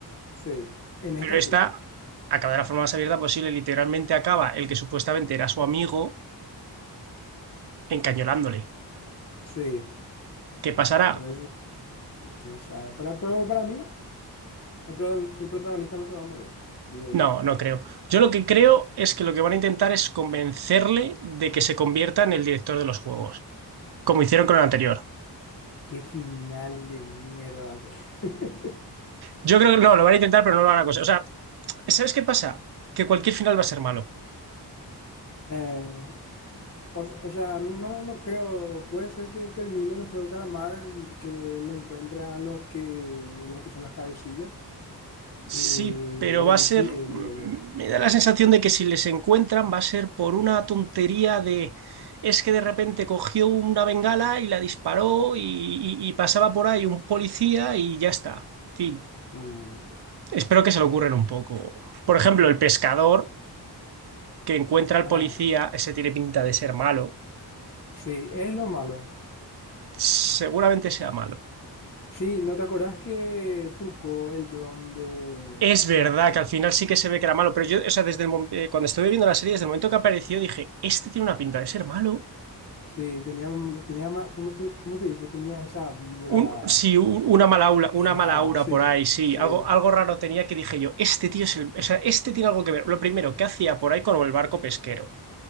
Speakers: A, on the left (about 35°); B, on the right (about 70°).
A: sí, en esta
B: Pero esta
A: sí.
B: acaba de la forma más abierta posible. Literalmente acaba el que supuestamente era su amigo encañolándole.
A: Sí,
B: ¿Qué pasará?
A: por eso, y quién sabe. Pero, pero para mí, el, pro- el protagonista no se va a morir, digo
B: No,
A: yo.
B: no creo. Yo lo que creo es que lo que van a intentar es convencerle de que se convierta en el director de los juegos, como hicieron con el anterior.
A: Qué final de mierda va a ser. <laughs>
B: Yo creo que no, lo van a intentar, pero no lo van a conseguir. O sea, ¿sabes qué pasa? Que cualquier final va a ser malo.
A: Eh, o, o sea, no, no creo. Puede ser que termine los Juegos de Calamar, que le encuentran los que, los que son las cabecillas.
B: Sí,
A: y
B: pero
A: le
B: va
A: liquide,
B: a ser. mm,
A: digo yo.
B: Me da la sensación de que si les encuentran va a ser por una tontería de. Es que de repente cogió una bengala y la disparó y, y- y pasaba por ahí un policía y ya está. En fin.
A: Mm,
B: Espero que se
A: bueno,
B: lo ocurran un poco. Por ejemplo,
A: bueno.
B: el pescador que encuentra al
A: Ah,
B: policía, ese tiene pinta de ser malo.
A: sí, es lo malo.
B: Seguramente sea malo.
A: Sí, ¿no te acordás que trucó el dron de...
B: Es verdad que al final sí que se ve que era malo, pero yo, o sea, desde el, mom- eh, cuando estuve viendo la serie, desde el momento que apareció, dije, este tiene una pinta de ser malo.
A: Sí, tenía, tenía ma- ¿cómo, te- cómo se dice? Tenía esa vibra
B: Un, sí, un- una mala aura, una
A: rara,
B: mala aura
A: sí,
B: por ahí, sí.
A: sí.
B: Algo, algo raro tenía que dije yo, este tío es el, o sea, este tiene algo que ver. Lo primero, que hacía por ahí con el barco pesquero?